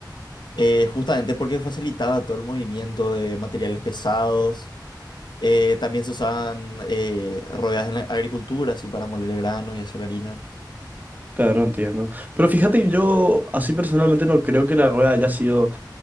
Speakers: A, on the left; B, on the right.
A: eh, justamente porque facilitaba todo el movimiento de materiales pesados Eh, también se usaban eh, rodajas en la agricultura, así para moler granos y hacer harina.
B: Claro, entiendo. Pero fíjate que yo así personalmente no creo que la rueda haya sido